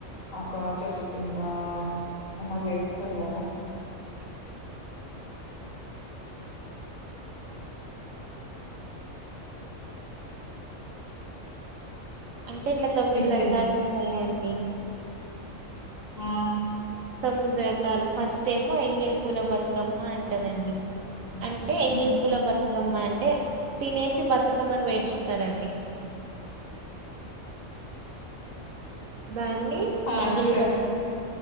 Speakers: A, on the left; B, on the right.
A: ఒక చెట్టు కింద ఏమో చేస్తరు కదా
B: అంటే ఇట్లా తొమ్మిది
A: మీకు
B: రకాలు
A: తె
B: ఉంటయండి
A: ఆ
B: తొమ్మిది రకాలు ఫస్ట్ ఏమో ఎంగిలి పూల బతుకమ్మ అంటనండి అంటే ఎంగిల్
A: ఉమ్.
B: పూల బ బతుకమ్మ అంటే తినేసి బతుకమ్మని వేరుస్తారండి దాన్ని
A: ఆ
B: ఎంగలి
A: చెప్
B: బ